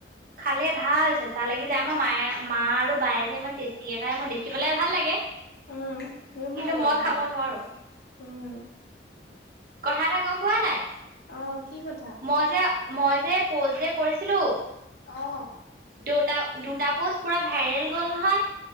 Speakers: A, on the right; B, on the left.
A: খালে ভাল চেঁচা লাগি আমাৰ মায়ে মা আৰু বায়ে যে ইমান টেষ্টিকে খায়, মোৰ দেখি পেলাই ভাল লাগে।
B: উম, বহুত
A: কিন্তু
B: ভাল লাগে
A: মই খাব
B: খাই।
A: নোৱাৰো
B: উম!
A: কথা এটা গম পোৱা নাই?
B: অ' কি কথা?
A: মই যে মই যে প'ষ্ট যে কৰিছিলোঁ।
B: অ
A: দুটা দুটা পোষ্ট পুৰা ভাইৰেল গ'ল নহয়।